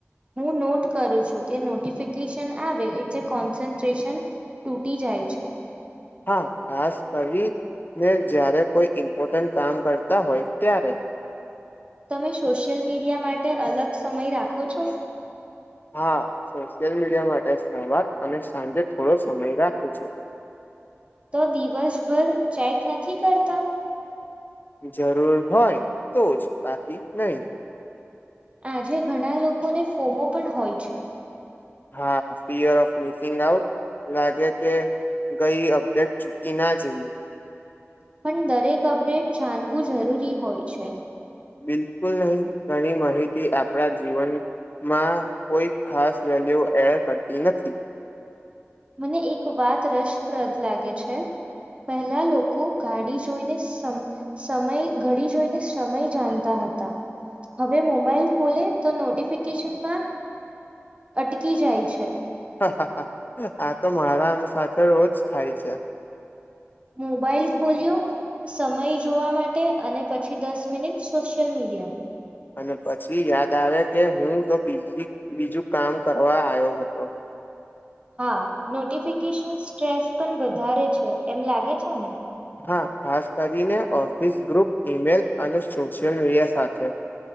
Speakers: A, on the right; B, on the left.
A: હું નોટ કરું છું કે નોટિફિકેશન આવે એટલે કોન્સન્ટ્રેશન તૂટી જાય છે
B: હા ખાસ કવિને જ્યારે કોઈ ઈમ્પોર્ટન્ટ કામ કરતા હોય ત્યારે
A: તમે સોશિયલ મીડિયા માટે અલગ સમય રાખો છો
B: હા શો સશિયલ મીડિયા માટે સારવાર અને સાંજે થોડો સમય રાખું છું
A: તો દિવસભર ચેક નથી કરતા
B: જરૂર હોય તો જ બાકી નહી
A: આજે ઘણા લોકોને ફોમો પણ હોય છે
B: હા ફિયર ઓફ મિસિંગ આઉટ લાગે કે ગઈ અપડેટ છુકી ના ચઇએ
A: પણ દરેક અપડેટ જાણવું જરૂરી હોય છે
B: બિલકુલ નહીં ઘણી માહિતી આપણા જીવનમાં કોઈ ખાસ વેલ્યુ એડ કર એ નથી
A: મને એક વાત રસપ્રદ લાગે છે પહેલા લોકો ગાડી જોઈને સમ સમય ઘડી જોઈને સમય જાણતા હતા હવે મોબાઈલ ખોલે તો નોટિફિકેશનમાં અટકી જાય છે
B: હા હા હા આ તો મારામ સાથે રોજ થાય છે
A: મોબાઈલ ખોલ્યો સમય જોવા માટે અને પછી દસ મિનિટ સોશિયલ મીડિયા
B: અને પછી યાદ આવે કે હું તો બીજી બીજું કામ કરવા આવ્યો હતો
A: હા નોટિફિકેશન સ્ટ્રેસ પણ વધારે છે એમ લાગે છે ને
B: હા ખાસ કરીને ઓફિસ ગ્રુપ ઇમેલ અને સોશિયલ મીડિયા સાથે